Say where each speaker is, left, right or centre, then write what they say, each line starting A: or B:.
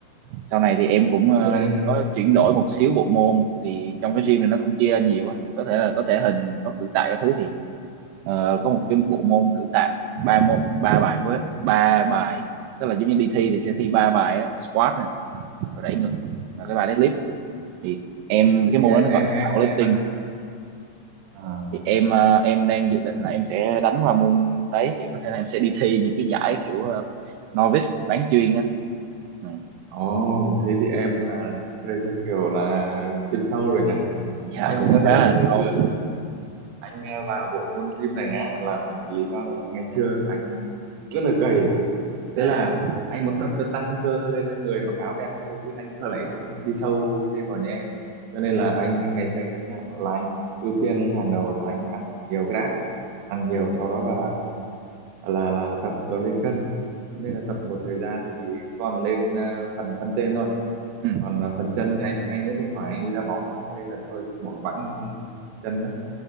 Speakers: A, on the right; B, on the right.
A: sau này thì em cũng
B: ngày
A: ờ,
B: xưa anh
A: có chuyển đổi một xíu bộ môn thì trong cái gym này nó cũng chia ra nhiều á có thể là có thể hình có cử tạ các thứ thì ờ, có một cái bộ môn cử tạ ba môn ba bài phối ba bài tức là giống như đi thi thì sẽ thi ba bài á squat nè rồi đẩy ngực và cái bài deadlift thì em
B: thế
A: cái môn
B: thì em
A: đó nó gọi là
B: em
A: powerlifting
B: em là thế à.
A: thì em ờ, em đang dự định là em sẽ đánh qua môn đấy thì có thể là em sẽ đi thi những cái giải kiểu ờ, novice bán chuyên á ừ.
B: Ồ, thế thì em là chơi theo kiểu là chuyên sâu rồi nha.
A: dạ
B: Anh
A: cũng
B: á, thật
A: khá
B: là
A: là
B: anh ngày
A: sâu
B: xưa anh ờ, vào bộ môn gym này á là vì- lý do là ngày xưa anh rất là gầy. Thế
A: à,
B: là anh muốn tập cho tăng cơ lên cho người mặc áo đẹp thôi chứ anh thật lại không không đi sâu gym vào như em. Cho nên
A: à.
B: là anh ngày xưa anh tập nhá là anh ưu tiên hàng đầu là anh ăn thật nhiều cái đã. Ăn nhiều
A: ừ.
B: sau đó là là là tập cho lên cân. Cho nên
A: Ừ.
B: là tập một thời gian thì toàn lên ờ, phần thân trên thôi
A: ừ.
B: còn à, phần chân thì anh anh cũng thỉnh thoảng anh đi đá bóng mà cho nên là thôi bỏ bẵng không, không tập chân nữa